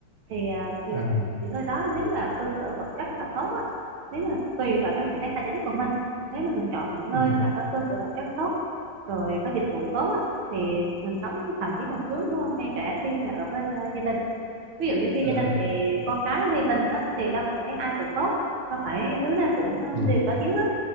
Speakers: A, on the right; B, on the right.
A: Thì à, những,
B: à
A: những nơi đó nếu mà cơ sở vật chất là tốt á, nếu mà tùy vào cái khả năng tài chính của mình. Nếu mà mình chọn những nơi
B: ừ
A: mà có cơ sở vật chất tốt, rồi có dịch vụ tốt á, thì mình sống thậm chí còn sướng hơn ngay cả khi mà ở bên à, gia đình ví dụ như khi
B: à
A: gia
B: à,
A: đình thì con cái thì mình á thì đâu phải ai cũng tốt đâu phải đứa nào cũng
B: ừ
A: đều có hiếu á